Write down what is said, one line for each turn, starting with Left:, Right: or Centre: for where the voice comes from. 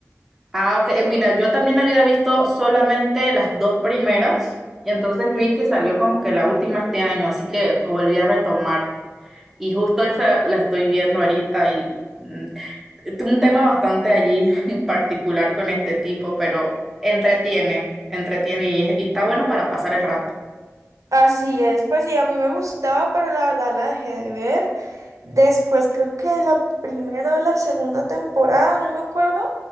Centre: Ah, ok. eh, Mira, yo también había visto solamente las dos primeras y entonces vi que salió como que la última este año, así que volví a retomar y justo esa la estoy viendo ahorita y mm, t- un tema bastante allí <laughs> en particular con este tipo, pero entretiene, entretiene y, es- y está bueno para pasar el rato.
Right: Así es, pues sí, a mí me gustaba, pero la verdad la dejé de ver. Después creo que la primera o la segunda temporada, no me acuerdo.